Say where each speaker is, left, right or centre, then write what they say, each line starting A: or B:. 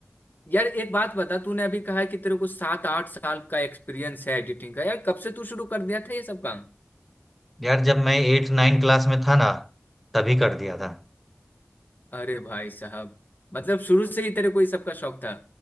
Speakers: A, on the left; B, in the centre.
A: यार एक बात बता तूने अभी कहा है कि तेरे को सात आठ साल का एक्सपीरियंस है एडिटिंग का यार कब से तू शुरू कर दिया था ये सब काम
B: यार जब मैं एट नाइन क्लास में था ना तभी कर दिया था
A: अरे भाई साहब मतलब शुरू से ही तेरे को ये सब का शौक था